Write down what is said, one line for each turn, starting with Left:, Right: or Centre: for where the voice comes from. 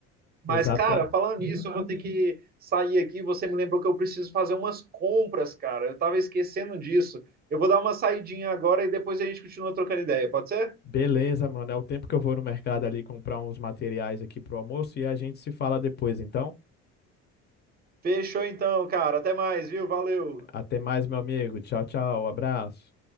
Right: Mas,
Left: Exata.
Right: cara, falando nisso, eu vou ter que sair aqui. Você me lembrou que eu preciso fazer umas compras, cara. Eu tava esquecendo disso. Eu vou dar uma saidinha agora e depois a gente continua trocando ideia, pode ser?
Left: Beleza, mano. É o tempo que eu vou no mercado ali comprar uns materiais aqui pro almoço e a gente se fala depois, então.
Right: Fechou então, cara. Até mais, viu? Valeu.
Left: Até mais, meu amigo. Tchau, tchau. Abraço.